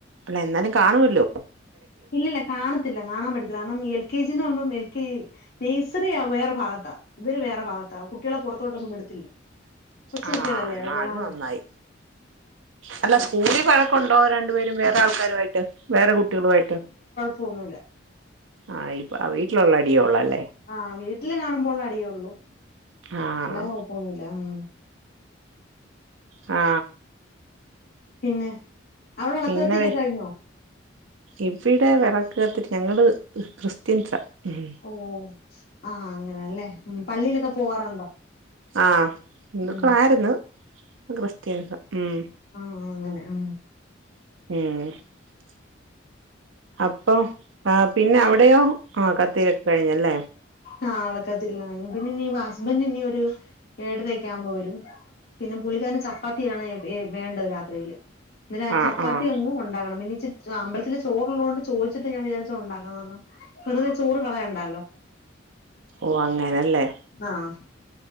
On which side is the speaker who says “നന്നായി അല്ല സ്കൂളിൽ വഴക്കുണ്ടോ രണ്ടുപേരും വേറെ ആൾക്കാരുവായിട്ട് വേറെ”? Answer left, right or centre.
Right